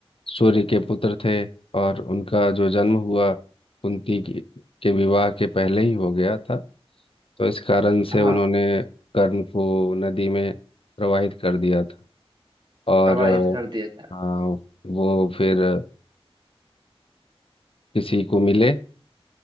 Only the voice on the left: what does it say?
सूर्य के पुत्र थे और उनका जो जन्म हुआ कुंती की- के विवाह के पहले ही हो गया था तो इस कारण से
उन्होंने कर्ण को नदी में प्रवाहित कर दिया था और
अ,
हाँ, वो फिर किसी को मिले